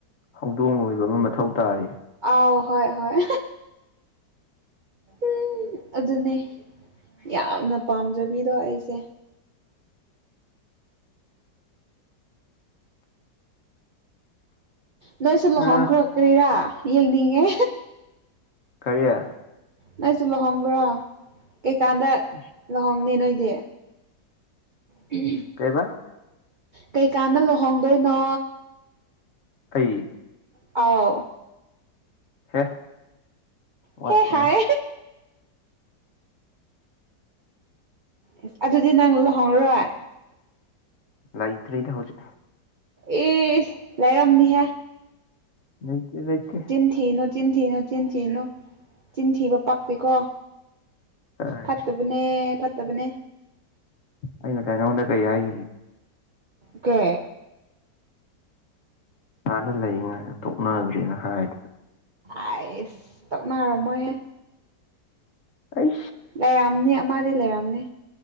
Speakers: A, on the left; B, on the right.
A: ꯍꯧꯗꯣꯡ ꯑꯣꯏꯕ ꯑꯃ ꯃꯊꯧ ꯇꯥꯔ
B: ꯑꯥꯎ ꯍꯣꯏ ꯍꯣꯏ ꯎꯝ ꯑꯗꯨꯅꯦ ꯌꯥꯝꯅ ꯄꯥꯝꯖꯕꯤꯗꯣ ꯑꯩꯁꯦ ꯅꯣꯏꯁꯨ ꯂꯨꯍꯣꯡꯈ꯭ꯔꯛꯀ꯭ꯔꯤꯔꯥ
A: ꯑ
B: ꯌꯦꯡꯅꯤꯡꯉꯦ
A: ꯀꯔꯤꯌꯥ
B: ꯅꯪꯁꯨ ꯂꯨꯍꯣꯡꯈ꯭ꯔꯣ ꯀꯩꯀꯥꯟꯗ
A: ꯎ
B: ꯂꯨꯍꯣꯡꯅꯦ ꯅꯣꯏꯗꯤ ꯎ
A: ꯀꯩꯕꯥ
B: ꯀꯩꯀꯥꯟꯅ ꯂꯨꯍꯣꯡꯗꯣꯏꯅꯣ
A: ꯑꯩ
B: ꯑꯥꯎ
A: ꯍꯦ ꯋꯥꯠꯈꯤꯅꯤ
B: ꯍꯦ ꯍꯥꯏ ꯑꯦꯁ ꯑꯗꯨꯗꯤ ꯅꯪ ꯂꯨꯍꯧꯔꯣꯏ
A: ꯂ ꯏꯇ ꯏꯗ ꯍꯧ ꯎꯆꯦ
B: ꯑꯦꯁ ꯂꯩꯥꯏꯔꯝꯅꯤꯍꯦ
A: ꯂꯩꯇꯦ ꯂꯩꯇꯦ
B: ꯆꯤꯟꯊꯅꯨ ꯆꯤꯟꯊꯤꯅꯨ ꯆꯤꯟꯊꯦꯅꯨ ꯆꯤꯟꯊꯤꯕ ꯄꯥꯛꯇꯦꯀꯣ
A: ꯀꯥꯏ
B: ꯐꯠꯇꯕꯅꯦ ꯐꯠꯇꯕꯅꯦ
A: ꯑꯩꯅ ꯀꯥꯏ ꯅꯪꯉꯣꯟꯗ ꯀꯩ ꯍꯥꯏ
B: ꯀꯦ
A: ꯍꯥꯟꯅ ꯂꯩꯔꯤꯉꯥꯏꯗ ꯇꯣꯛꯅꯈ꯭ꯔꯦꯅ ꯍꯥꯏꯗꯤ
B: ꯑꯁ ꯇꯧꯅꯔꯣ ꯃꯣꯏꯍꯦ
A: ꯑꯩ
B: ꯂꯩꯔꯝꯅꯤ ꯑꯃꯗꯤ ꯂꯩꯔꯝꯅꯤ